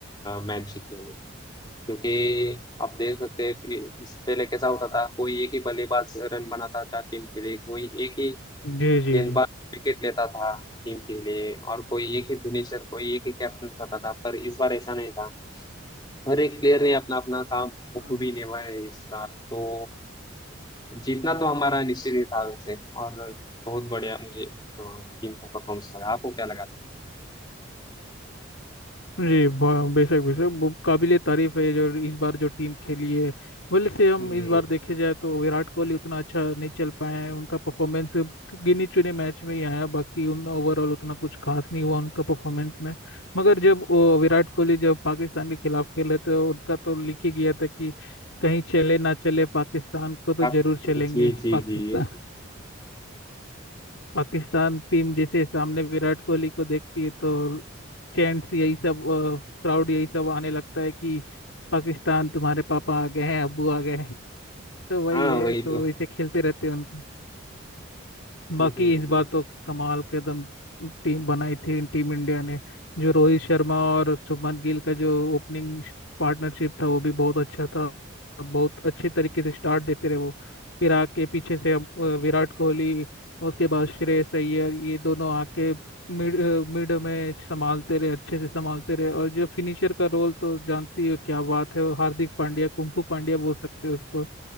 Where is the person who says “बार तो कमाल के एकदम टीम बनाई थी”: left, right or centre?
Left